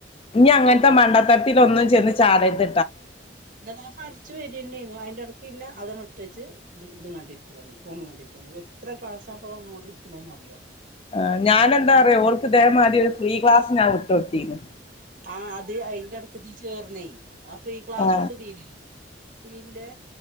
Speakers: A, on the left (about 30°); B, on the right (about 50°).
A: ഇനി അങ്ങനത്തെ
B: അത്
A: മണ്ടത്തരത്തിൽ ഒന്നും ചെന്ന് ചാടരുത്
B: എന്നൻ പഠിച്ചു വരന്നു അയിന്റെ ഇടക്ക് ഇന്നെ അതെ ഒട്ടേച്ച് ഇതും കണ്ടിരിക്ക ഫോണും കണ്ടിരിക്ക എത്ര ക്ലാസാ പോകുന്നെന്ന് പ്പോന്ന് അറിയോ
A: ആ ഞാനെന്താ പറയാ ഓർക്ക്തേംമാതി ഒരു ഫ്രീ ക്ലാസ് ഞാൻ വിട്ടൊത്തീന്ന്
B: ആ അത് അയിന്റെടക്ക് ഇതി ചേർന്നേ ആ ഫ്രീ ക്ലാസ്സും
A: ആ
B: ഉണ്ട് തീര് വീൽന്റെ